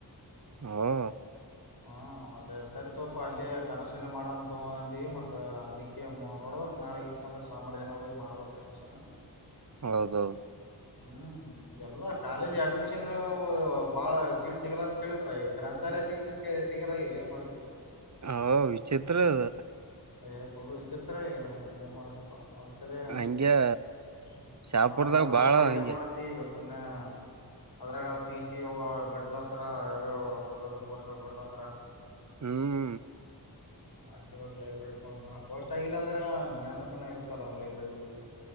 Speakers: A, on the right (about 45°); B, on the left (about 65°).
A: ಹೌದ
B: ಹಾ ಮತ್ತ ಸರಿ ತೋಪ್ಪ ಅಲ್ಲೇ ಕನಸುನೆ ಮಾಡಂತೋ ಅಂದೀವಿ ಮತ್ತ ಅದಕ್ಕೆ ನೋಡ್ಬೇಕ ನಾಳಿಗ ಯಾಕಂದ್ರ ಸೋಮಾರ್ ದಿನಾ ಹೋಗಿ ಮಾಡ್ಬೇಕ ಅಡ್ಮಿಷನ್
A: ಹೌದೌದ.
B: ಹಂ ಈಗಲ್ಲಾ ಕಾಲೇಜ್ ಅಡ್ಮಿಷನ್ ಬಾಳ ಸೀಟ್ ಸಿಗಲ್ಲ ಅಂತ ಕೇಳಿವ್ಪಾ ಈಗ ಗ್ರಂಥಾಲಯ ಸೀಟ್ನೂ ಸಿಗಲ್ಲ ಈಗ್ ಏನ್ ಮಾಡ್ತಿ?
A: ಅವೂ ವಿಚಿತ್ರ ಅದ
B: ಏ ಫುಲ್ ವಿಚಿತ್ರ ಏನ್ ಮಾಡ್ತಿಪಾ ಅದ.
A: ಹಂಗೆ
B: <unintelligible>
A: ಶಾಪುರ್ದಾಗ
B: ಮಾಡ ಬರ್ಬಕ್ಪ್ಪಾ
A: ಬಾಳ ಹಂಗೆ
B: ಏನ್ ಮಾಡ್ತಿ ಈಗ ಸುಮ್ನೆ ಅದ್ರಾಗ ಪಿ ಸಿ ಯ ಬಿಡ್ಲತ್ತರ್ ಯಾವ್ಯಾವ ದೊಡ್ಡ ದೊಡ್ಡ ಪೋಸ್ಟ್ ಗಳ ಬಿಡ್ಲತ್ತರ್.
A: ಹ್ಮ
B: ಹಚ್ಚ್ಬೇಕ್. ಲೈಬ್ರರಿ ಕುಂತಾನ್ ಪೋಸ್ಟ್ ಆಗಿಲ್ಲ ಅಂದ್ರ ಜ್ಞಾನಕ್ಕರ್ ಇರ್ತಲ್ಲ ಲೈಬ್ರರಿಗ್ಗ್ ಹೋಗಿದ್ದು.